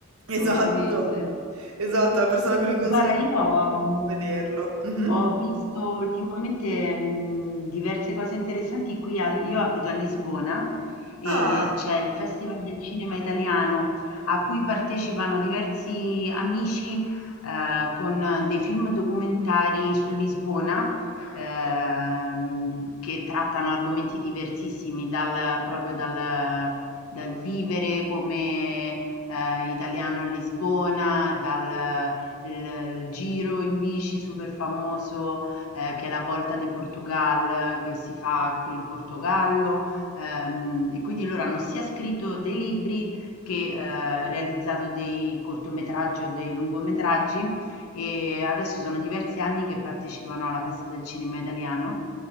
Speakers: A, on the right; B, on the left.
A: Esatto,
B: ovviamente.
A: esatto, la persona a cui li consiglio
B: Guarda, io
A: non
B: ho, mh,
A: può vederlo. Mhm.
B: ho visto ultimamente mh, diverse cose interessanti qui. al- io abito a Lisbona e
A: Ah.
B: c'è il Festival del Cinema Italiano a cui partecipano diversi amici eh, con dei film documentari su Lisbona ehm, che trattano argomenti diversissimi, dal, proprio dal, dal vivere come eh, italiano a Lisbona, dal il, il giro in bici super famoso eh, che è la Volta de Portugal che si fa qui in Portogallo ehm, e quindi loro hanno sia scritto dei libri che eh, realizzato dei cortometraggi o dei lungometraggi e adesso sono diversi anni che partecipano alla Festa del Cinema Italiano